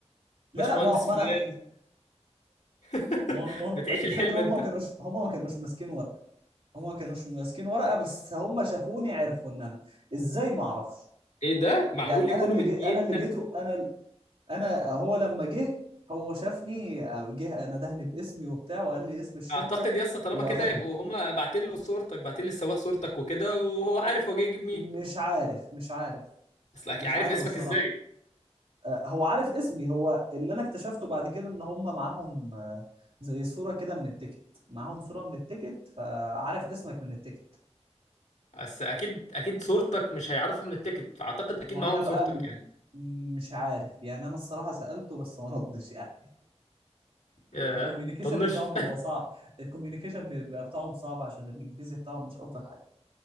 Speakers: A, on the right; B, on the left.
A: لا
B: وباشمهندس
A: لا ما ما
B: فلان
A: انا
B: <laughs>
A: ما هو المهم
B: بتعيش
A: الفكره
B: الحلم انت
A: هم ما كانوش هم ما كانوش ماسكين ورقه هما كانوش ماسكين ورقه بس هم شافوني عرفوا ان انا ازاي ما اعرفش
B: ايه ده معقول
A: يعني
B: يكونوا
A: انا اللي
B: مدين
A: جي انا اللي جيته انا ال- انا هو لما جه هو شافني جه نده لي باسمي وبتاع وقال لي اسم الشركه
B: اعتقد يا اسطى طالما
A: واخدني
B: كده يبقوا هما باعتين له صورتك باعتين للسواق صورتك وكده وهو عارف هو جاي يجيب مين
A: مش عارف مش عارف
B: بس اكيد
A: مش
B: عارف
A: عارف
B: اسمك
A: الصراحه
B: ازاي
A: آه، هو عارف اسمي هو اللي انا اكتشفته بعد كده ان هم معاهم آه، زي صوره كده من التيكت معاهم صوره من التيكت فعارف اسمك من التيكت
B: بس اكيد اكيد صورتك مش هيعرفها من التيكت فاعتقد اكيد
A: ما
B: معاهم
A: هو انا بقى
B: صورتك
A: م-
B: يعني
A: مش عارف يعني انا الصراحه سالته بس ما ردش يعني
B: ياه
A: الكوميونيكيشن
B: طنش
A: بتاعهم بيبقى صعب الكوميونيكيشن بيبقى بتاعهم صعب عشان الانجليزي بتاعهم مش افضل حاجه